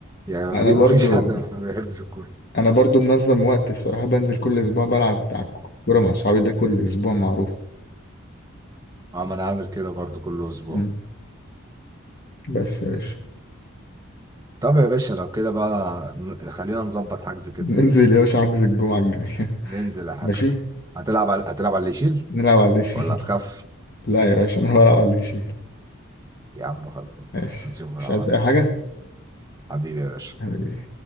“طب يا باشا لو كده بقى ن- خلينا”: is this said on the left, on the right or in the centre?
Right